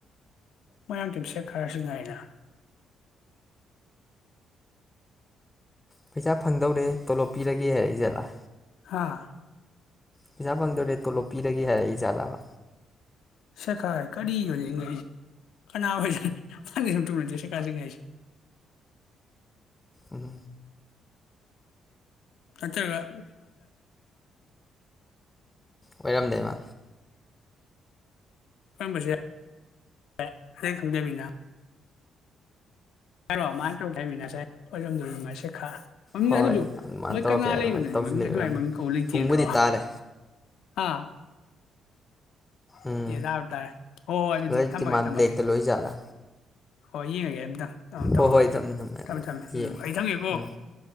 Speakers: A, on the left (about 80°); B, on the left (about 15°).
A: ꯃꯌꯥꯝ ꯇꯝꯁꯦ ꯈꯔꯁꯨ ꯉꯥꯏꯅ
B: ꯄꯩꯁꯥ ꯐꯪꯗꯧꯔꯦ ꯇꯣꯂꯣꯞ ꯄꯤꯔꯒꯦ ꯍꯥꯏꯔꯛꯏ ꯖꯥꯠꯂꯥ
A: ꯍꯥꯥ
B: ꯄꯁꯥꯄꯗꯔꯦꯇꯣꯂ ꯄꯤꯔꯒꯦ ꯍꯥꯏꯔꯛꯏꯖꯥꯠꯂꯥꯕ
A: ꯁꯦꯈꯥꯏ ꯀꯔꯤ ꯌꯉ ꯀꯅꯥ ꯐꯩꯁꯅ ꯑꯪ ꯁꯨꯝ ꯇꯗꯤꯦꯁꯨ ꯀꯥꯖꯟ ꯉꯒꯥꯏꯁꯦ
B: ꯎꯝ
A: ꯑꯆ ꯂ
B: ꯑꯣꯏꯔꯝꯗꯦꯕ
A: ꯊꯝꯕꯁꯦ ꯑꯗꯨ ꯁꯝꯖꯕꯅ ꯍꯥꯏꯔꯣ ꯃꯥꯥꯏꯅ ꯇꯧꯊ ꯍꯥꯏꯃꯤ ꯉꯁꯥꯏꯖꯣꯝꯗꯝ ꯃꯁ ꯈꯥ ꯃꯃꯤꯡ
B: ꯍꯣꯏ
A: ꯑꯗꯨꯁꯨ
B: ꯑꯗꯨꯃꯥꯏꯅ
A: ꯃꯣꯏ
B: ꯇꯧꯔꯛꯀꯦ
A: ꯀꯪꯂꯥ
B: ꯑꯗꯨꯃꯥꯏꯅ
A: ꯂꯩꯕꯅꯅꯦ
B: ꯇꯧꯁꯤꯜꯂꯛꯏ
A: ꯃꯃꯤꯡ ꯑꯗꯨꯃꯥꯏꯅ
B: ꯑꯣꯏꯔꯝꯅꯤ
A: ꯃꯃꯤꯡ ꯀꯧꯕꯧ ꯂꯩꯇꯦꯟꯗ꯭ꯔꯣ
B: ꯄꯨꯡꯕꯨꯗꯤ ꯇꯥꯔꯦ
A: ꯍꯥ <unintelligible>
B: ꯎꯝ
A: ꯑꯦ ꯇꯥꯔ ꯇꯥꯔꯦ ꯍꯣꯏ ꯍꯣꯏ ꯑꯗꯨꯗꯤ
B: ꯂꯥꯏꯔꯤꯛꯇꯤ
A: ꯊꯝꯃꯒꯦ
B: ꯃꯥ
A: ꯊꯝꯃꯒꯦ
B: ꯕ꯭ꯂꯦꯛꯇ ꯂꯣꯏꯖꯥꯠꯂꯥ
A: ꯍꯣꯏ ꯌꯦꯡꯉꯒꯦ ꯑꯇ ꯑ ꯇꯧꯔꯒ
B: ꯍꯣꯏ ꯍꯣꯏ
A: ꯊꯝꯃꯦ
B: ꯑꯗꯨ ꯌꯦꯡꯉꯣ
A: ꯊꯝꯃꯦ ꯎꯝ ꯑꯩ ꯊꯝꯒꯦꯀꯣ
B: ꯎꯝ